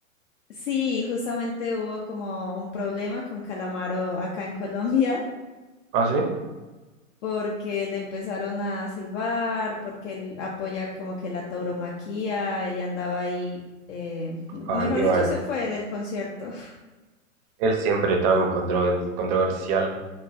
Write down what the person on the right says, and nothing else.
¿Ah, sí?
Ah, y
bueno.
Él siempre tan controven- controversial.